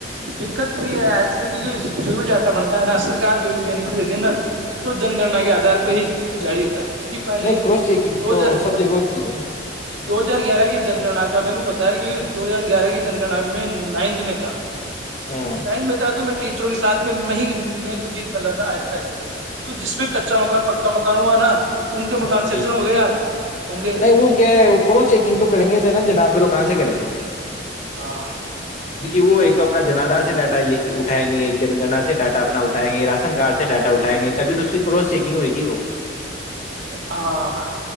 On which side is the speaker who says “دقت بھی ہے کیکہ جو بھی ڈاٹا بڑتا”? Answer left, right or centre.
Right